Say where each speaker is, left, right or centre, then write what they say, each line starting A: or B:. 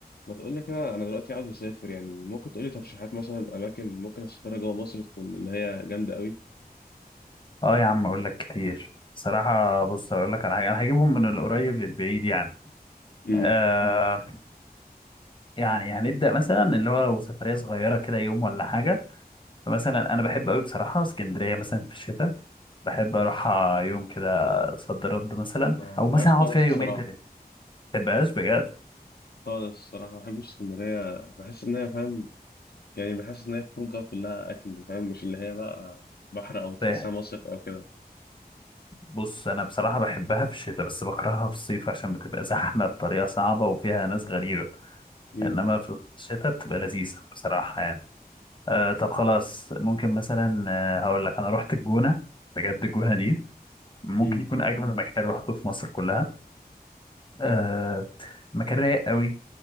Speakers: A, on the left (about 75°); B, on the left (about 30°).
A: ما تقول لي كده انا دلوقتي عاوز اسافر يعني ممكن تقول لي ترشيحات مثلا اماكن ممكن اسافرها جوه مصر تكون اللي هي جامده قوي
B: اه يا عم اقول لك كتير صراحة بص اقول لك على حاجة انا هجيبهم من القريب للبعيد يعني
A: امم
B: مم. آه يعني هنبدأ مثلا اللي هو لو سفرية صغيرة كده يوم ولا حاجة فمثلا انا بحب قوي بصراحة اسكندرية مثلا في الشتاء بحب اروح يوم كده صد رد مثلا
A: ما
B: او
A: بحبهاش
B: مثلا اقعد
A: خالص
B: فيها يومين
A: الصراحه
B: تلاتة ما تبقاش بجد
A: خالص الصراحه ما بحبش اسكندريه بحس ان هي فاهم يعني بحس ان هي خروجه كلها اكل فاهم مش اللي هي بقى بحر او تحسها
B: ف-
A: مصيف او كده
B: بص انا بصراحة بحبها في الشتاء بس بكرهها في الصيف عشان بتبقى زحمة بطريقة صعبة وفيها ناس غريبة
A: امم
B: انما في الشتاء بتبقى لذيذة بصراحة يعني آه طب خلاص ممكن مثلا آه هقول لك انا رحت الجونه بجد الجونه دي ممكن
A: امم
B: يكون اجمل مكان رحته في مصر كلها آه مكان رايق قوي